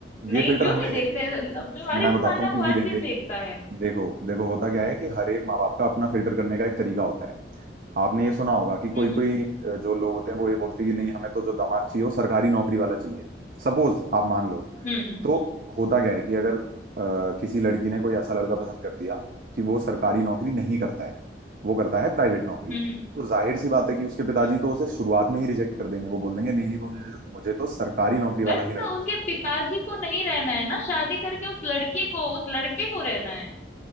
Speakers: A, on the right (about 50°); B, on the left (about 40°).
A: ये
B: नहीं
A: फिल्टर
B: क्यों
A: हम
B: नहीं
A: नहीं देंगे
B: देखते जो हर
A: मैं
B: इंसान
A: बताता हूँ
B: है
A: क्यों
B: वो
A: नहीं
B: हर
A: देंगे
B: चीज देखता है
A: देखो देखो होता क्या है कि हर एक माँ बाप का अपना फिल्टर करने का एक तरीका होता है आपने ये सुना होगा कि कोई
B: हम्म
A: कोई अ, जो लोग होते हैं वो ये बोलते हैं कि नहीं हमें तो जो दामाद चाहिए वो सरकारी नौकरी वाला चाहिए सपोज आप मान लो
B: हम्म हम्म
A: तो होता क्या है कि अगर अ, किसी लड़की ने कोई ऐसा लड़का पसंद कर दिया कि वो सरकारी नौकरी नहीं करता है वो करता है प्राइवेट नौकरी
B: हम्म हम्म
A: तो जाहिर सी बात है कि उसके पिताजी
B: हम्म। हम्म।
A: तो उसे शुरुआत में ही रिजेक्ट कर देंगे वो बोल देंगे नहीं नहीं मुझे मुझे तो सरकारी नौकरी वाला
B: बट
A: ही लड़का
B: उनके
A: चाहिए
B: पिताजी को नहीं रहना है ना शादी करके उस लड़की को उस लड़के को रहना है